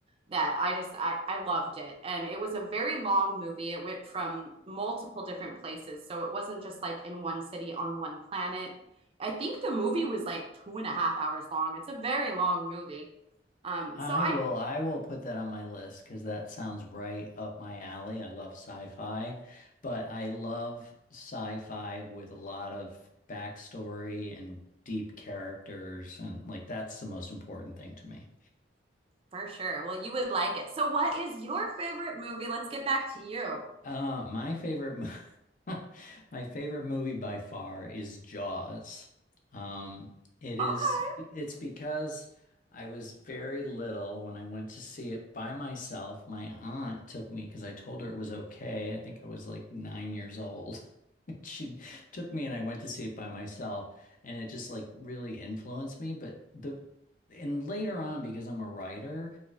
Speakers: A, on the right (about 30°); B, on the left (about 45°).
A: that i just I, I loved it and it was a very long movie it went from multiple different places so it wasn't just like in one city on one planet i think the movie was like two and a half hours long it's a very long movie um,
B: I
A: so I
B: will I will put that on my list because that sounds right up my alley. I love sci-fi, but I love sci-fi with a lot of backstory and deep characters and like that's the most important thing to me.
A: for sure. Well, you would like it. So what is your favorite movie? Let's get back to you.
B: Uh, my favorite, mo- <laughs> my favorite movie by far is Jaws. Um, it is,
A: Okay.
B: it's because I was very little when I went to see it by myself. My aunt took me because I told her it was okay. I think I was like nine years old. <laughs> She took me and I went to see it by myself, and it just like really influenced me. But the, and later on, because I'm a writer.